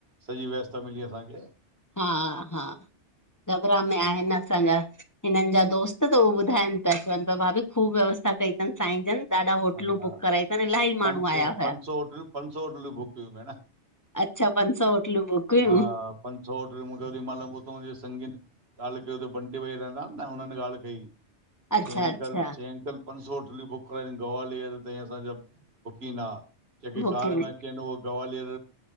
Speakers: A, on the right (about 60°); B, on the left (about 15°).
A: सॼी व्यवस्था मिली असांखे।
B: हा, हा डबरा में आहिन असांजा हिनन जा दोस्त त उह ॿुधाइन पिया चवन पिया भाभी ख़ूब व्यवस्था कई साईंजन ॾाढा होटलूं
A: हा
B: बुक कराई तन इलाही
A: पंज
B: माण्हू
A: सौ
B: आया हुया।
A: पंज सौ होटलूं पंज सौ होटलूं बुक कयूं भेण
B: अच्छा, पंज सौ होटलू बुक हुयूं
A: हा, पंज सौ होटलूं मूंखे ओॾी मल हुतों जे संगीन ॻाल कयो, त बंटी वेही रहंदा न हुनन ॻाल कई
B: अच्छा
A: चई अंकल
B: अच्छा
A: चई अंकल पंज सौ होटलियूं बुक कराई तन, ग्वालियर ताईं असांजा बुकिंग आ जेकी
B: बुकिंग
A: कार में चेन हो गवालर